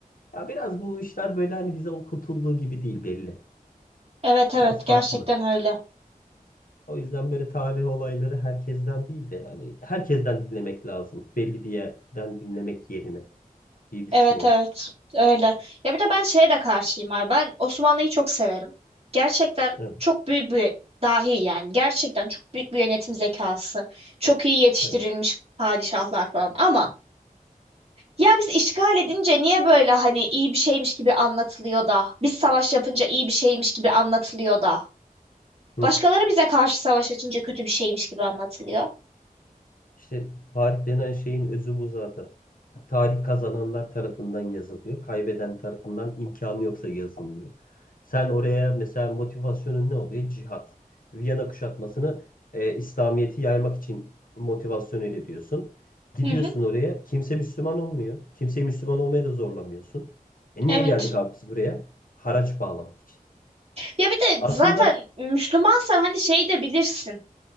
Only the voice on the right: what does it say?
Evet evet
gerçekten
öyle.
Evet evet öyle. Ya bir de ben şeye de karşıyım abi. Ben Osmanlı'yı çok severim. Gerçekten
çok büyük bir dahi yani. Gerçekten çok büyük bir yönetim zekası. Çok iyi yetiştirilmiş
padişahlar falan. Ama ya biz işgal edince niye böyle hani iyi bir şeymiş gibi anlatılıyor da. Biz savaş yapınca iyi bir şeymiş gibi anlatılıyor da.
Başkaları bize karşı savaş açınca kötü bir şeymiş gibi anlatılıyor.
Hı hı,
evet.
Ya bir de
zaten Müslümansan hani şey de bilirsin.